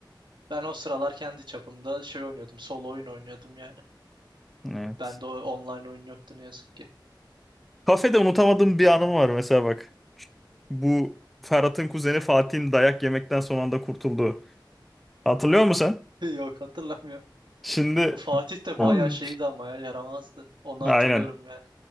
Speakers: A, on the right (about 70°); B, in the centre.
A: Ben o sıralar kendi çapımda şey oynuyordum. Solo oyun oynuyordum yani.
B: Evet.
A: Bende o online oyun yoktu ne yazık ki.
B: Kafede unutamadığım bir anım var mesela bak. Bu Ferhat'ın kuzeni Fatih'in dayak yemekten son anda kurtulduğu. Hatırlıyor musun sen?
A: <laughs> Yok hatırlamıyorum.
B: Şimdi
A: Fatih de
B: Hmm.
A: bayağı şeydi ama ya yaramazdı. Onu
B: aynen
A: hatırlıyorum yani.